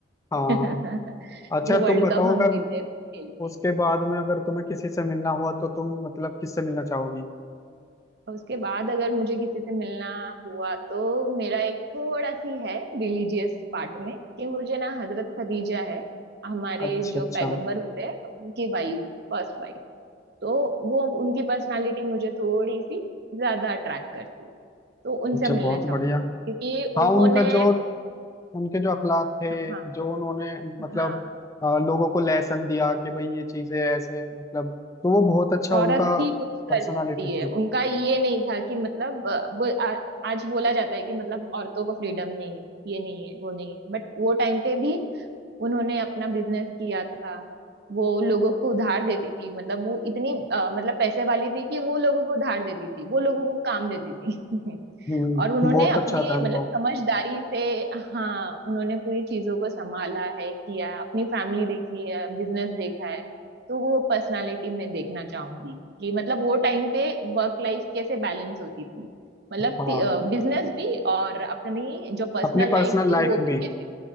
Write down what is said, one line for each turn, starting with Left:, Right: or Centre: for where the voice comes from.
Left: हाँ
Right: <laughs>
Left: हाँ अच्छा
Right: जो वर्ल्ड
Left: तुम बताओ
Right: कप हम
Left: अगर
Right: जीते उसके लिए
Left: उसके बाद में अगर तुम्हें किसी से मिलना हुआ तो तुम मतलब किससे मिलना चाहोगी
Right: उसके बाद अगर मुझे किसी से मिलना हुआ तो मेरा एक थोड़ा सी है रिलीजियस पार्ट में कि मुझे ना हजरत खदीजा है हमारे
Left: अच्छा
Right: जो
Left: अच्छा
Right: पैगंबर होते हैं उनकी वाइफ फर्स्ट वाइफ तो वो उनकी पर्सनालिटी मुझे थोड़ी सी ज्यादा अट्रैक्ट करती है। तो उनसे
Left: अच्छा
Right: मिलना
Left: बहुत
Right: चाहूंगी
Left: बढ़िया
Right: क्योंकि
Left: हाँ
Right: उन्होंने
Left: उनका जो उनके जो अखलाक थे
Right: हाँ
Left: जो उन्होंने मतलब
Right: हाँ
Left: अ, लोगों को लेसन दिया कि भाई ये चीजें ऐसे मतलब तो वो बहुत अच्छा
Right: औरत
Left: उनका
Right: भी कुछ
Left: पर्सनालिटी
Right: कर सकती
Left: थी
Right: है उनका ये नहीं था कि मतलब अ, वो आ, आज बोला जाता है कि मतलब औरतों को फ्रीडम नहीं है ये नहीं है वो नहीं है बट वो टाइम पे भी उन्होंने अपना बिजनेस किया था वो लोगों को उधार देती थी मतलब वो इतनी अ, मतलब पैसे वाली थी कि वो लोगों को उधार देती थी वो लोगों को काम देती थी
Left: हम्म
Right: <laughs> और उन्होंने
Left: बहुत
Right: अपने
Left: अच्छा था उनको
Right: मतलब समझदारी से हाँ उन्होंने पूरी चीजों को संभाला है किया है, अपनी फैमिली देखी है बिजनेस देखा है तो वो पर्सनालिटी में देखना चाहूंगी कि मतलब वो टाइम पे वर्क लाइफ कैसे बैलेंस होती थी मतलब
Left: हाँ हाँ
Right: बिजनेस भी और अपनी जो पर्सनल
Left: अपनी
Right: लाइफ
Left: पर्सनल
Right: थी
Left: लाइफ
Right: वो भी
Left: भी
Right: कैसे